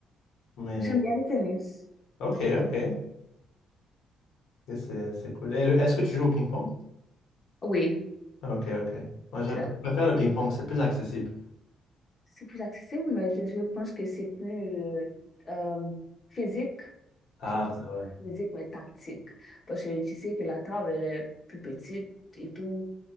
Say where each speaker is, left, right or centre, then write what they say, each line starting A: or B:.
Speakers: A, on the left (about 85°); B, on the left (about 35°).
A: Mais,
B: J'aime bien le tennis.
A: ok, ok. Et C'est c'est cool. Et le- Est-ce que tu joues au ping-pong?
B: Oui,
A: Ok, ok. Moi, j'aime,
B: c'est la
A: je préfère le ping-pong, c'est plus accessible.
B: c'est plus accessible, mais je, je pense que c'est plus euh, euh, physique.
A: Ah,
B: Je- sais pas,
A: c'est vrai.
B: Physique, mais tactique. Parce que tu sais que la table, elle est plus petite et tout.